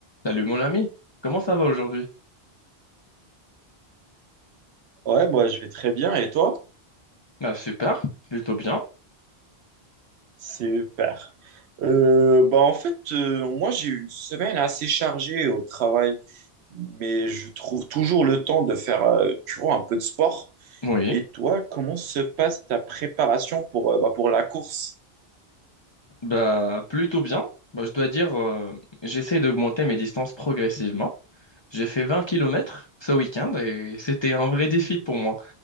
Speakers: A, on the left (about 35°); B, on the right (about 80°).
A: Salut mon ami, comment ça va aujourd'hui?
B: Ouais, moi je vais très bien. Et toi?
A: Bah super, plutôt bien.
B: Super. Euh, bah en fait, euh, moi j'ai eu une semaine assez chargée au travail, mais je trouve toujours le temps de faire, euh, tu vois, un peu de sport.
A: Oui,
B: Et toi, comment se passe ta préparation pour, euh, bah, pour la course?
A: bah plutôt bien. Bah, je dois dire, euh, j'essaie d'augmenter mes distances progressivement. J'ai fait 20 kilomètres ce week-end et c'était un vrai défi pour moi.